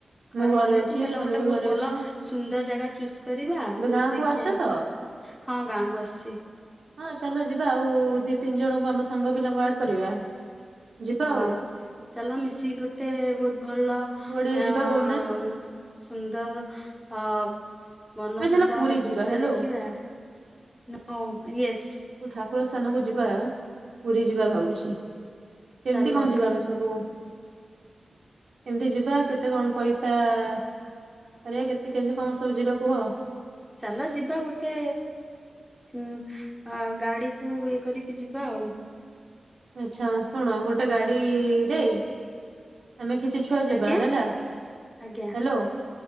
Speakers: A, in the centre; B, on the right.
A: ଖରା
B: ମୁଁ ଘରେ
A: ଛୁଟି ଅଛି ଚାଲ
B: ତମେ
A: ଗୋଟେ
B: ବି
A: ବହୁତ
B: ଘରେ
A: ଭଲ
B: ଅଛ
A: ସୁନ୍ଦର ଜାଗା ଚୁଜ କରିବା,
B: ଏବେ
A: ଯୋଉଥିରେ
B: ଗାଁକୁ
A: କି
B: ଆସିଛ
A: ଯାଇକି
B: ତ?
A: ହଁ ଗାଁକୁ ଆସିଛି।
B: ହଁ ଚାଲ ଯିବା ଆଉ ଦି ତିନି ଜଣଙ୍କୁ ଆମ ସାଙ୍ଗ ପିଲାଙ୍କୁ ଆଡ କରିବା। ଯିବା
A: ହଁ
B: ଆଉ।
A: ଚାଲ ମିଶିକି ଗୋଟେ ବହୁତ ଭଲ
B: କୁଆଡେ ଯିବା
A: ଆଁ
B: କହୁନା
A: ସୁନ୍ଦର ଆଁ ମନୋହିତ
B: ଆମେ ଚାଲ ପୁରୀ
A: ଦୃଶ୍ୟ
B: ଯିବା ହେଲୋ
A: ଦେଖିବା, ନୋ ୟେସ
B: କଉ ଠାକୁର ସ୍ଥାନକୁ ଯିବା ପୁରୀ ଯିବା ଭାବୁଛି। କେମିତି
A: ଚାଲ
B: କଣ ଯିବା ଆମେ ସବୁ? କେମିତି ଯିବା, କେତେ କଣ ପଇସା କରିବା କେତେ କେମିତି କଣ ସବୁ ଯିବା କୁହ?
A: ଚାଲ ଯିବା ଗୋଟେ ଉ <unintelligible> ଆ ଗାଡିକୁୁ ଇଏ କରିକି ଯିବା ଆଉ।
B: ଆଛା ଶୁଣ ଗୋଟେ ଗାଡିରେ ଆମେ କିଛି ଛୁଆ ଯିବା
A: ଆଜ୍ଞା
B: ହେଲା,
A: ଆଜ୍ଞା
B: ହ୍ୟାଲୋ।